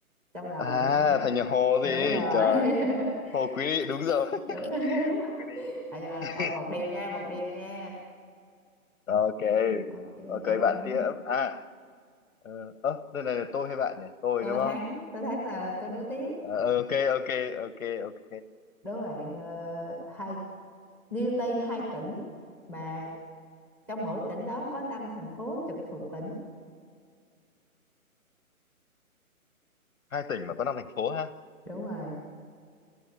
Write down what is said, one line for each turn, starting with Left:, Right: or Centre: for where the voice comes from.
Centre: trong là
Left: à
Centre: bạn
Left: thành nhà Hồ
Centre: đúng
Left: gì
Centre: rồi
Left: trời
Centre: <laughs>
Left: Hồ Quý Ly đúng rồi
Centre: đúng
Left: <laughs>
Centre: rồi. <laughs>
Left: Hồ Quý Ly
Centre: à giờ
Left: <laughs>
Centre: rồi một điều nha một điều nha
Left: ok
Centre: ok
Left: ok
Centre: tôi
Left: bạn
Centre: thắng
Left: tiếp à ờ ơ, đây này là tôi hay bạn nhỉ tôi
Centre: tôi
Left: đúng
Centre: thắng
Left: không
Centre: tôi thắng là tôi đố tiếp
Left: Ờ, ờ, ok ok ok ok
Centre: đố bạn ờ, hai nêu tên hai tỉnh mà trong mỗi tỉnh đó có 5 thành phố trực thuộc tỉnh
Left: hai tỉnh mà có năm thành phố ha
Centre: đúng rồi